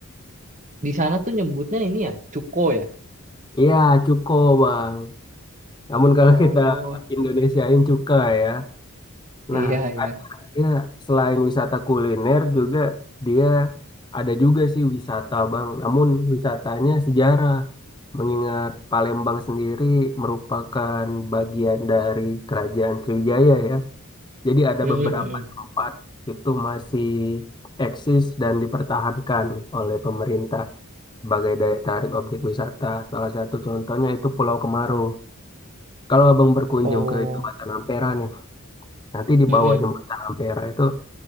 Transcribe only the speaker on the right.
Di sana tuh nyebutnya ini ya, cuko ya.
Oh,
iya iya.
Mm-mm,
mm-mm.
Oh,
mm-mm.